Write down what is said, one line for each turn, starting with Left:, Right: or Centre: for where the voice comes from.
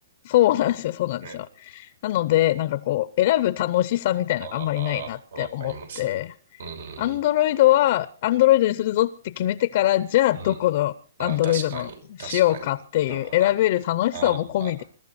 Left: そうなんですよ、
Right: <laughs>
Left: そうなんですよ。
Right: ね。
Left: なので、なんかこう、選ぶ楽しさみたいなのがあんまりないなって思って、
Right: ああ、わかります。うん。
Left: Android は Android にするぞって決めてから、じゃあどこの
Right: うん。ああ、
Left: Android
Right: 確かに。
Left: のしようかっていう、
Right: 確かに。ああ、
Left: 選べる楽しさも込み
Right: ああ、